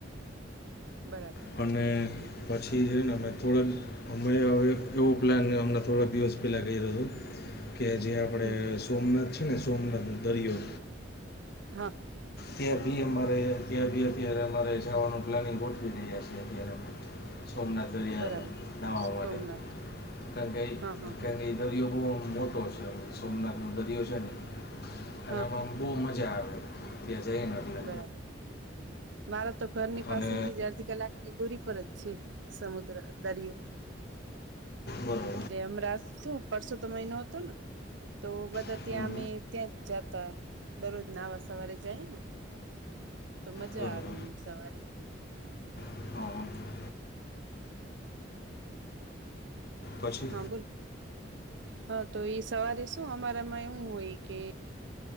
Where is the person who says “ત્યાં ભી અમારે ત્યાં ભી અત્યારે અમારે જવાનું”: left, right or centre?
Left